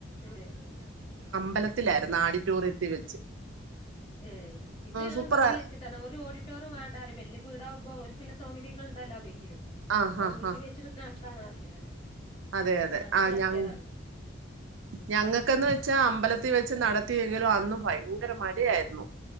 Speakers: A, on the left; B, on the right.
A: ഏ
B: അമ്പലത്തിലായിര്ന്നു. ആഡിറ്റോറിയത്തിൽ വെച്ച്.
A: ഏ ഇത് ഞങ്ങളെ
B: സൂപ്പറാ
A: മിറ്റ് വീട്ടിലെച്ച്ട്ട് ഓല് വീടാകുമ്പോ ഒല സൗകര്യൾ ഉണ്ടല്ലോ വീ
B: ആഹ്
A: അപ്പൊ
B: ആഹ്
A: വീട്ടിൽ
B: ആഹ്
A: വെച്ചെടുക്ക ത്താന്ന് പറഞ്ഞു അങ്ങനെ
B: അതെ അതെ
A: അങ്ങനെ
B: ആഹ്
A: നടത്തിയതാണ്
B: ഞങ്ങ് ഞങ്ങക്കെന്ന് വെച്ചാ അമ്പലത്തീ വെ ച്ച് നടത്തിയെങ്കിലും അന്ന് ഭയങ്കര മഴയായിരുന്നു.